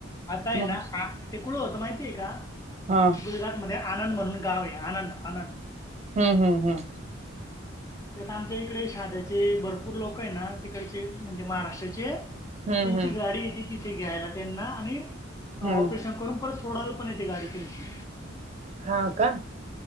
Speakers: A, on the left (about 15°); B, on the right (about 35°).
A: आता आहे
B: मग
A: ना तिकडं होत. माहितीय का,
B: हा
A: गुजरात मध्ये आनंद म्हणून गाव आहे आनंद, आनंद
B: हम्म, हम्म, हम्म
A: तर आता आमच्या इकडे, शाध्याचे भरपूर लोक आहे ना, तिकडचे म्हणजे महाराष्ट्राचे
B: हम्म
A: त्यांची
B: हम्म
A: गाडी तिथे घ्यायला, त्यांना आणि ऑपरेशन
B: हम्म
A: करून परत सोडायला पण येते. गाडी त्यांची
B: हा का